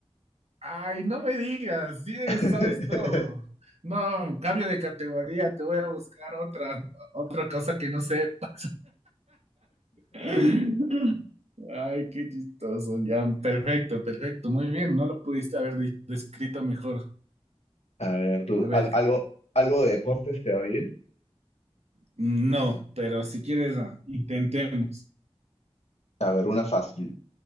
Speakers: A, on the right (about 80°); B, on the left (about 85°).
A: Ay, no me digas, sí,
B: <laughs>
A: sabes todo. No, cambio de categoría, te voy a buscar otra, otra cosa que no sepa. <laughs> Ay, qué chistoso, ya, perfecto, perfecto, muy bien, no lo pudiste haber di- descrito mejor.
B: A ver, tú,
A: A ver,
B: al- algo, algo de deportes te va bien.
A: no, pero si quieres, ah, intentemos.
B: A ver, una fácil.